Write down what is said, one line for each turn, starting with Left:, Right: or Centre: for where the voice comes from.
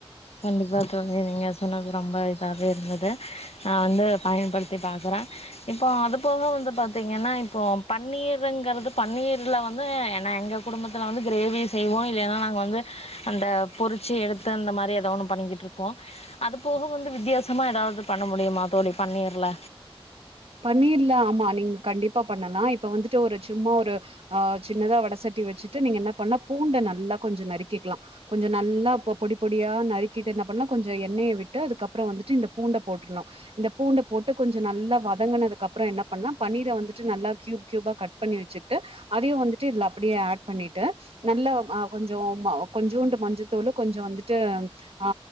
Left: கண்டிப்பா தோழி நீங்க சொன்னது ரொம்ப இதாவே இருந்தது நா வந்து பயன்படுத்தி பாக்குறே இப்போ அது போக வந்து பாத்தீங்கன்னா இப்போ பன்னீருங்கிறது பன்னீர்ல வந்து ஏன்னா எங்க குடும்பத்தில வந்து க்ரேவி செய்வோ இல்லைன்னா நாங் வந்து அந்த பொறிச்சு எடுத்து அந்த மாரி ஏதொ ஒன்னு பண்ணிக்கிட்டு இருப்போ அது போக வந்து வித்தியாசமா ஏதாவது பண்ண முடியுமா தோழி பண்ணீர்ல
Right: பண்ணிர்ல ஆமா நீங்க கண்டிப்பா பண்ணலா இப்ப வந்துட்டு ஒரு சும்மா ஒரு ஆ சின்னதா வடசட்டி வெச்சுட்டு நீங்க என்ன பண்ணா பூண்ட நல்லா கொஞ்ச நறுக்கிக்லா கொஞ்ச நல்லா பொடி பொடியா நறுக்கிட்டு என்ன பண்ணலா கொஞ்சொ எண்ணெய விட்டு அதுக்கப்ற வந்துட்டு இந்த பூண்ட போட்ர்ணு இந்த பூண்ட போட்டு கொஞ்ச நல்லா வ வதங்கினது அப்ற என்ன பண்ணா பன்னீரா வந்துட்டு நல்லா கியூப் கியூபா கட் பண்ணி வெச்சுட்டு அதையு வந்துட்டு இதுல அப்டியே ஆட் பண்ணிட்டு நல்ல அ கொஞ்சொ கொஞ்சோண்டு மஞ்சத்தூலு கொஞ்ச வந்துட்டு ஆ